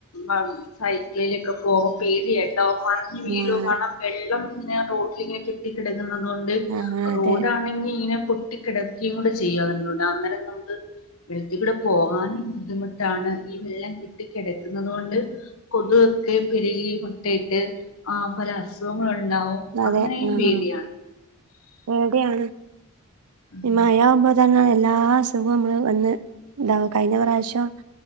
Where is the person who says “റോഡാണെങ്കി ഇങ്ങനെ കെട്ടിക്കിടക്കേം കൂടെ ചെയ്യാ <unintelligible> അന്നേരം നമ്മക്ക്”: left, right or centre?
Left